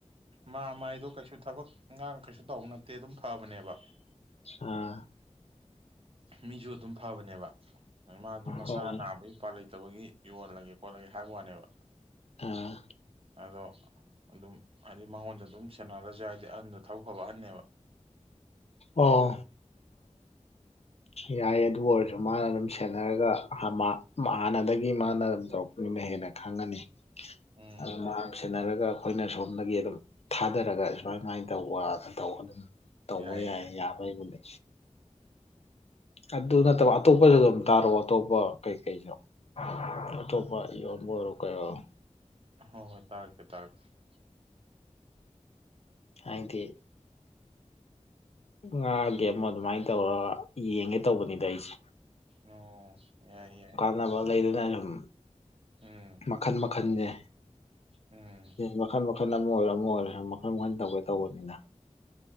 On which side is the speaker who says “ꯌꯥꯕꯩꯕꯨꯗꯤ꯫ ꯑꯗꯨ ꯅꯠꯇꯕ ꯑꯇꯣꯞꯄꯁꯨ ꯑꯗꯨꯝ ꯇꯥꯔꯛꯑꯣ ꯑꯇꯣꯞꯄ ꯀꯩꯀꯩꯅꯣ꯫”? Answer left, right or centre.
Left